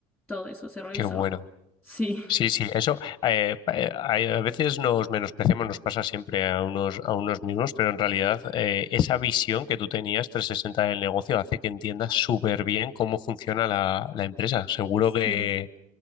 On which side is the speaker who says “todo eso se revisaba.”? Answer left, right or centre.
Centre